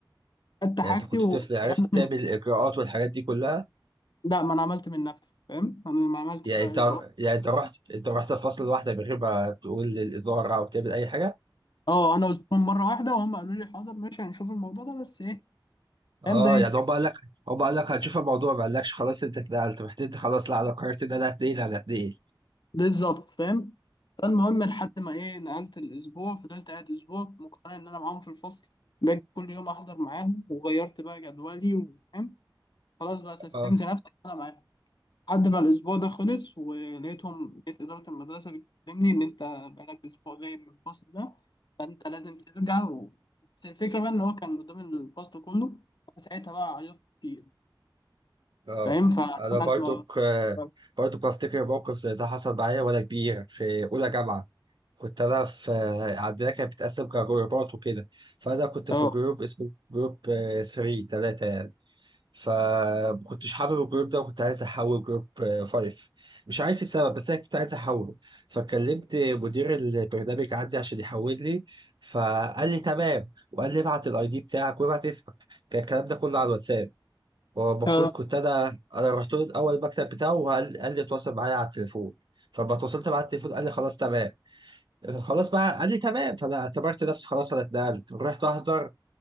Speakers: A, on the left; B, on the right.
A: خدت حاجتي
B: يعني انت كنت
A: والكلام
B: طفل عرفت
A: ده من
B: تعمل الاجراءات والحاجات دي كلها
A: لا ما انا عملت من نفسي فاهم انا ما عملتش
B: يعني
A: بقى
B: انت
A: اجراءات
B: يعني انت رحت انت رحت الفصل لوحدك من غير ما تقول للاداره او تعمل اي حاجه
A: اه انا قلت لهم مره واحده وهم قالوا لي حاضر ماشي هنشوف الموضوع ده بس ايه
B: اه
A: فاهم زي
B: يعني هم
A: كده.
B: قال لك هم قال لك هنشوف الموضوع ما قالكش خلاص انت اتنقلت رحت انت خلاص لا انا قررت ان انا هتنقل انا هتنقل
A: بالظبط فاهم فالمهم لحد ما ايه نقلت الاسبوع فضلت قاعد اسبوع مقتنع ان انا معاهم في الفصل باجي كل يوم احضر معاهم وغيرت بقى جدولي وفاهم خلاص بقى سستمت
B: اه
A: نفسي إن انا معاهم لحد ما الاسبوع ده خلص ولقيتهم لقيت اداره المدرسه بتكلمني ان انت بقالك اسبوع غايب من الفصل ده فانت لازم ترجع و... بس الفكره بقى ان هو كان قدام الفصل كله انا ساعتها بقى عيطت كتير
B: اه
A: فاهم فلحد
B: انا برضك
A: ما
B: آه،
A: اه
B: برضك بفتكر موقف زي ده حصل معايا وانا كبير في اولى جامعه كنت انا في عندنا كانت بتتقسم كجروبات وكده فانا كنت
A: اه
B: في جروب اسمه جروب 3 3 يعني فما كنتش حابب الجروب ده وكنت عايز احول جروب 5 مش عارف السبب بس انا كنت عايز احوله فكلمت مدير البرنامج عندي عشان يحول لي فقال لي تمام وقال لي ابعت الاي دي بتاعك وابعت اسمك كان الكلام ده كله على الواتساب هو المفروض
A: تمام.
B: كنت انا انا رحت له الاول المكتب بتاعه وقال قال لي اتواصل معايا على التليفون فلما اتواصلت معاه على التليفون قال لي خلاص تمام خلاص بقى قال لي تمام فانا اعتبرت نفسي خلاص انا اتنقلت رحت احضر